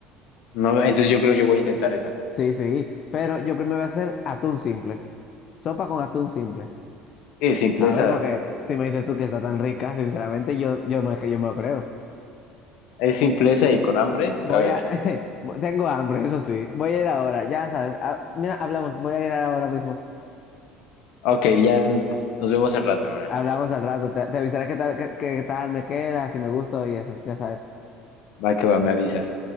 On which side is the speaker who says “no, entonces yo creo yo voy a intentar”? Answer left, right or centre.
Left